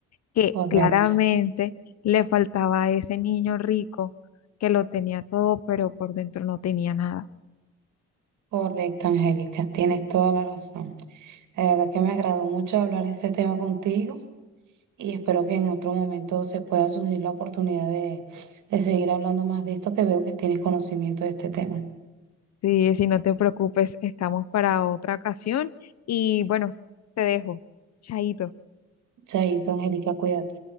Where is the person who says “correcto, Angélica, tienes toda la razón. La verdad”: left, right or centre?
Right